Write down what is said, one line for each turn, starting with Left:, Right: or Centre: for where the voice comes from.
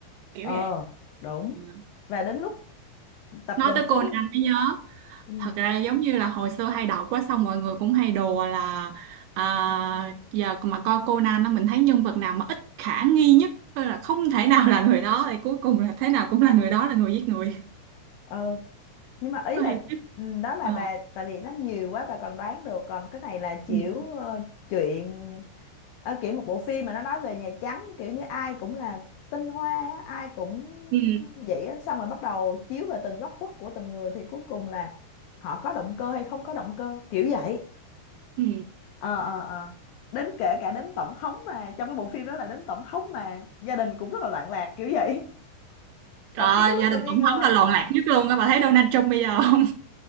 Right: kiểu
Left: ờ
Right: vậy.
Left: đúng
Right: Ừ.
Left: và đến lúc tập
Right: Nói
Left: gần
Right: tới Conan
Left: cuối rồi.
Right: mới nhớ
Left: ừ.
Right: thật ra giống như là hồi xưa hay đọc quá xong mọi người cũng hay đùa là à, giờ mà coi Conan á mình thấy nhân vật nào mà ít khả nghi nhất tức là không thể nào là người đó thì cuối cùng là thế nào cũng là người đó là người giết người
Left: ừ nhưng mà ý
Right: nó
Left: là
Right: hay tức
Left: ừ, đó là
Right: Ờ.
Left: bà tại vì nó nhiều quá bà còn đoán được còn cái này là kiểu
Right: ừ.
Left: ờ, chuyện ờ, kiểu một bộ phim mà nó nói về Nhà Trắng kiểu như ai cũng là tinh hoa á, ai cũng
Right: Ừ.
Left: vậy á xong rồi bắt đầu chiếu về từng góc khuất của từng người thì cuối cùng là họ có động cơ hay không có động cơ kiểu vậy
Right: Ừ.
Left: ờ ờ ờ đến kể cả đến tổng thống mà trong cái bộ phim đó là đến tổng thống mà gia đình cũng rất là loạn lạc kiểu vậy <laughs>
Right: Trời
Left: thậm
Right: ơi,
Left: chí có lúc
Right: gia đình
Left: còn nghi
Right: tổng
Left: ngờ
Right: thống là loạn lạc nhất luôn á bà thấy Donald Trump bây giờ không